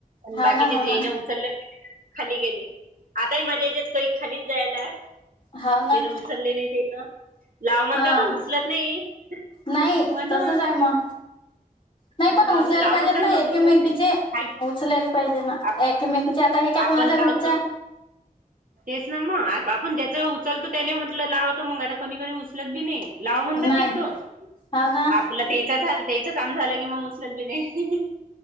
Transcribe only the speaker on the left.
हाव
ना हाव ना
हाव ना
हा
नाही
तसच आहे म. नाही पण
उचलायला
पाहिजेत
ना
एकमेकीचे
उचलायले पाहिजे ना
एकमेकीचे आता हे काय
कोणाच्या
घर चा
नाही
हाव ना